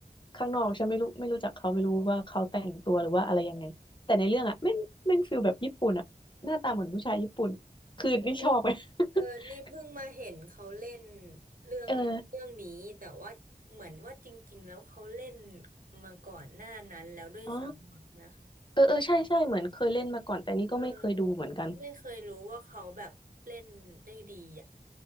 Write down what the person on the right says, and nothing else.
นี่เออนี่เพิ่งมาเห็นเขาเล่น
เรื่องเรื่องนี้แต่ว่าเหมือนว่าจริงๆแล้วเขาเล่น
มาก่อนหน้านั้นแล้วด้วยซ้ำมั้งนะ
เออไม่เคยรู้ว่าเขาแบบเล่นได้ดีอ่ะ